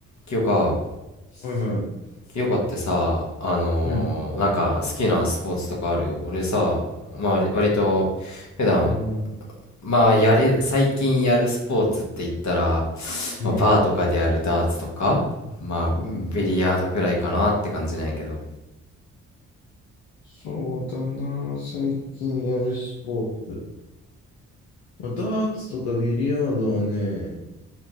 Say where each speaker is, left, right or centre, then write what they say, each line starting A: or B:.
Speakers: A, on the left; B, on the left.
A: 清香、
B: はいはい。
A: 清香ってさ、あのーなんか好きなスポーツとかある俺さ、
B: うん。
A: まあ割割と普段、
B: うん。
A: まあやる、最近やるスポーツって言ったら、
B: うん。
A: まあバーとかでやるダーツとか、まあビリヤードぐらいかなって感じなんやけど。
B: うん。そうだな。最近やるスポーツ。まあ、ダーツとかビリヤードはね、